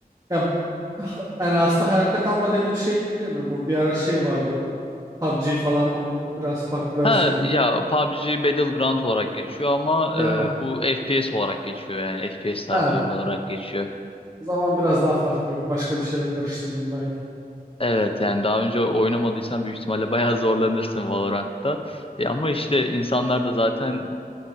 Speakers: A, on the right; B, on the left.
A: ya yani aslında hayatta kalma dediğim şey gibi değil mi? Bu bir ara şey vardı. PUBG falan onun biraz farklı versiyonu.
B: Ha ya PUBG Battleground olarak geçiyor ama e,
A: Ha,
B: bu FPS olarak geçiyor yani FPS tarzı
A: ha.
B: oyun olarak geçiyor.
A: O zaman biraz daha farklı yok. Başka bir şeyle karıştırdım belki.
B: Evet yani daha önce oynamadıysan büyük ihtimalle bayağı <laughs> zorlanırsın Valorant'ta. E, ama işte insanlar da zaten